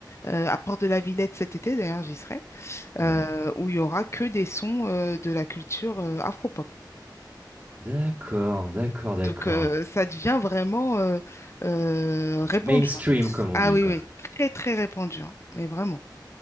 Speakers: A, on the left; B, on the right.
A: euh, à Port de la Villette cet été, d'ailleurs, j'y serai, euh,
B: Ouais.
A: où il y aura que des sons euh, de la culture afro
B: D'accord, d'accord,
A: donc,
B: d'accord.
A: euh, ça devient vraiment euh, euh, répandu.
B: Mainstream,
A: hein.
B: comme on
A: Ah
B: dit,
A: oui,
B: quoi.
A: oui, très, très répandu, hein, mais vraiment.